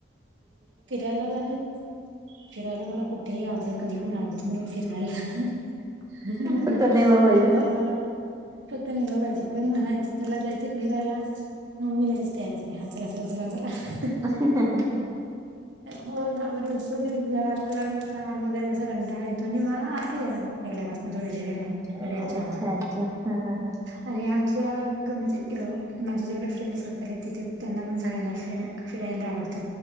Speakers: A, on the right; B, on the right.
A: फिरायला जाणे. फिरायला मला कुठेही आवडत. कधी पण आवडतो, मला फिरायला. <unintelligible>
B: फक्त नेलं पाहिजे
A: फिरायला
B: ना
A: मला पण फक्त नेल पाहिजेल. कोणी म्हणायचं, चला जायचं का फीरायला? म मी लगेच तयार असते. हा चला, चला, चला, चला.
B: <unintelligible>
A: हो, ना. म रोजच घरातलं काम वगैरे, असं कंटाळा येतो आणि मला आहे यार पहिल्यापासून, थोडीशी. <unintelligible>
B: अच्छा
A: आवड
B: - अच्छा. ह, ह, ह.
A: आणि आमच्या क म्हणजे, अ माझे जेवढे फ्रेंड सर्कलय. तिथे त्यांना पण सगळ्यांना फ्री <unintelligible> फिरायला आवडत.